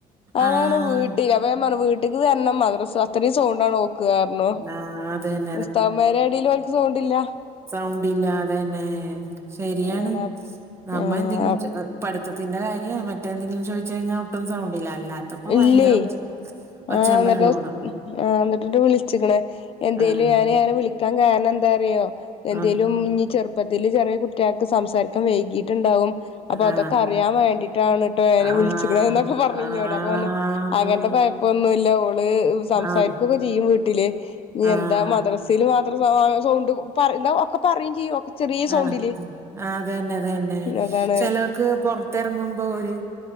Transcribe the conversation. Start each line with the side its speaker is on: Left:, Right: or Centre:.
Left: അതാണ്
Right: ആഹ്
Left: വീട്ടില അപ്പൊ ഞാൻ വീട്ടിക്ക് വരണം മദ്രസ്സ് അത്രയും സൗണ്ടാണ് ഓക്ക് പർഞ്ഞു
Right: ആഹ് അത് തന്നെ
Left: ഉസ്താദ്മാരെ എടയില് ഓൽക്ക് സൗണ്ടില്ല
Right: സൗണ്ടില്ലാ അതന്നെ ശരിയാണ്
Left: അതാണ്
Right: നമ്മ
Left: ആഹ്
Right: എന്തെങ്കിലും ചോ പഠിത്തത്തിന്റെ കാര്യം മറ്റെന്തെങ്കിലും ചോയ്ച്ചഴിഞ്ഞാൽ ഒട്ടും സൗണ്ടില്ല അല്ലാത്തപ്പോ
Left: ഇല്ലേ
Right: ഭയങ്കര ഒച്ച ഒച്ചേം
Left: ആഹ് ഇന്നെട്ട്
Right: ബഹളോണ്.
Left: ആഹ് ഇന്നെട്ടിണ്ട് വിളിച്ചിക്ക്ണ് എന്തേലും
Right: ആഹ്
Left: അല്ലേ അങ്ങനെ വിളി ക്കാൻ കാരണം എന്താ അറിയോ? എന്തേലും
Right: ആഹ്
Left: ചെറുപ്പത്തില് ചെറിയ കുട്ടികൾക്ക് സംസാരിക്കാൻ വൈകിയിട്ട്ണ്ടാവും അപ്പൊ അതൊക്കെ
Right: ആഹ്
Left: അറിയാൻ വേണ്ടിയിട്ടാണ് ട്ടോ ഞാൻ
Right: ആഹ്
Left: ഈ വിളിച്ച്ക്ക്ണെ ന്നൊക്കെ പറഞ്ഞിന്നോട്
Right: ആഹ്
Left: അപ്പൊ ഞാ പറഞ്ഞ് അങ്ങനത്തെ കൊഴപ്പൊന്നുല്ല ഓള് സംസാരിക്കൊക്കെ
Right: അത്
Left: ചെയ്യും വീട്ടില് ഇഞ്
Right: ആഹ്
Left: എന്താ മദ്രസില് മാത്രം സൗണ്ട് പറിയും ഇന്നാ ഒക്കെ പറയും ചെയ്യും ചെറിയ സൗണ്ടില്
Right: ആഹ് ആഹ് അതന്നെ അതന്നെ
Left: അതാണ്
Right: ചെലോര്ക്ക് പൊറത്തെറങ്ങുമ്പോ ഒര്